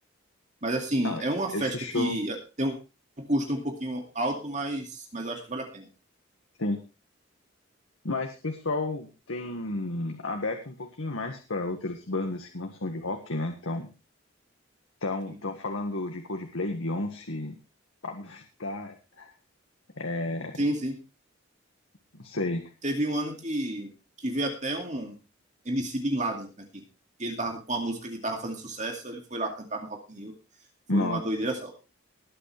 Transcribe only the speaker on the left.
Não,
esse
show,
sim. Mas o pessoal tem aberto um pouquinho mais para outras bandas que não são de rock, né? Então, estão
tão falando de Coldplay, Beyoncé, Pablo Vittar, é,
não sei.
Nossa,